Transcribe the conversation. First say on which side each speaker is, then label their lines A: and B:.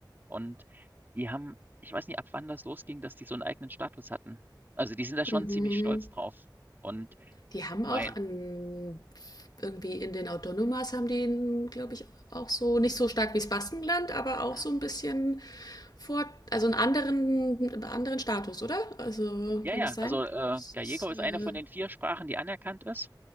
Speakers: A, on the right; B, on the left.
A: Und die haben, ich weiß nicht, ab wann das losging, dass die so einen eigenen Status hatten. Also die sind da schon
B: Mhm.
A: ziemlich stolz drauf. Und
B: Die haben
A: mein,
B: auch an, irgendwie in den Autonomas haben die, glaube ich, auch so, nicht so stark wie das Baskenland, aber auch
A: hm?
B: so ein bisschen vor, also einen anderen, anderen Status, oder? Also
A: ja,
B: kann
A: ja,
B: das sein?
A: also äh,
B: Das
A: Gallego
B: ist,
A: ist
B: äh,
A: eine von den vier Sprachen, die anerkannt ist.